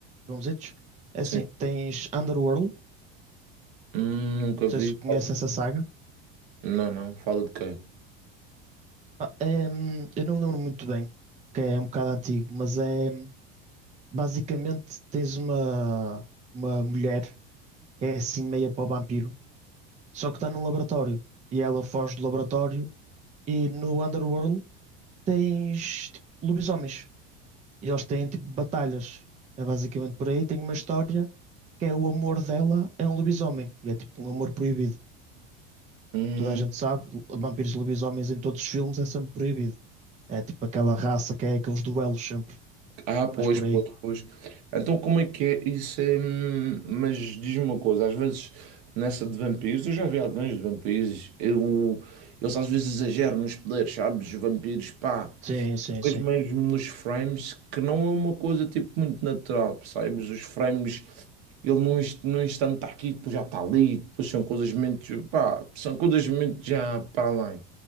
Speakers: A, on the right; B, on the right.
A: Vamos Filmesitos? É assim,
B: Sim.
A: tens Underworld, não
B: Hum, nunca
A: sei
B: vi.
A: se conheces essa saga.
B: Não, não, fala de quem?
A: Ah, é, hum, eu não me lembro muito bem, que é um bocado antigo, mas é. hum, Basicamente, tens uma, uma mulher que é assim meia para o vampiro, só que está num laboratório. E ela foge do laboratório. E no Underworld tens tipo, lobisomens. E eles têm tipo batalhas. É basicamente por aí. Tem uma história que é o amor dela é um lobisomem. E é tipo um amor proibido.
B: Hum,
A: Toda a gente sabe, vampiros e lobisomens em todos os filmes é sempre proibido. É tipo aquela raça que é aqueles duelos sempre.
B: ah, pois,
A: Mas por aí.
B: pois, pois. Então como é que é isso? É, hum, mas diz-me uma coisa, às vezes nessa de vampiros, eu já vi alguns de vampiros, eu, eles às vezes exageram nos poderes, sabes? Os vampiros, pá,
A: Sim, sim,
B: depois
A: sim.
B: mesmo nos frames, que não é uma coisa tipo muito natural, percebes? Os frames, ele num, inst- num instante está aqui, depois já está ali, depois são coisas muito, pá, são coisas muito já para além.